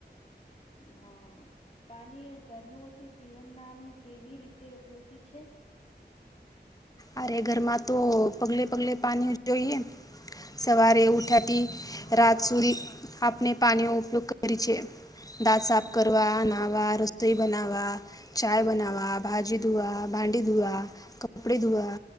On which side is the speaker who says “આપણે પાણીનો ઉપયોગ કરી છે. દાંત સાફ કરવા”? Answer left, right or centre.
Left